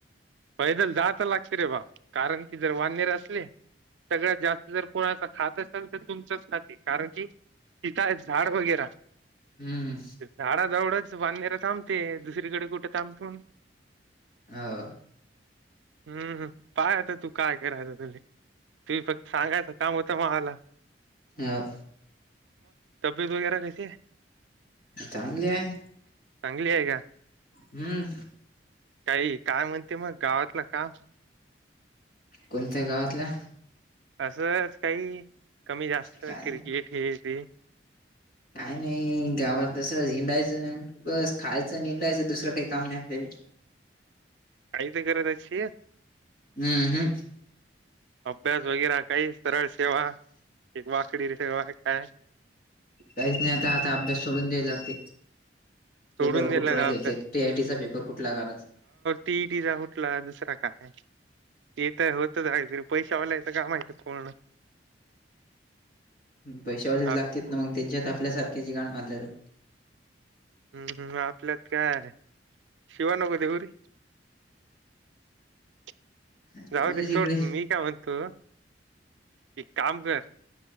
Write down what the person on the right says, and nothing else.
पैदल जाात लागते रे बा कारण की जर वन इयर असले सगळ्यात जास्त जर कोणाचा. खात असाल तर तुमचच खाती कारण की तिताय झाड वगैर
झाडाजवळच. बांधण्याला थांबते दुसरीकडे कुठे थांबतो.
हम्मम पाय आता तू. काय करायचं तुझ तु फक्त सांगायचं काम होत मला.
तबीयेत वगैरे कैसे आहे.
चांगली आहे का
काही काय म्हणते मग गावातलं का
असंच काही कमी जास्त
क्रिकेट हे तेे.
काही तर करत अशी
अभ्यास वगैर काही सरळ सेवा. एक वाकडी र सेवा काय.
सोडून गेलं
गभ्या
टीटचा फुटला दुसरा काय. ते तरय होतच आहे फिर पैशावालायचं का माहिचं पूर्ण.
आप
हम्म हम्म आपल्यात काय शिवा नको देवररीी. <inaudible>
जाऊ दे सोड
मी काय म्हणतो एक काम कर.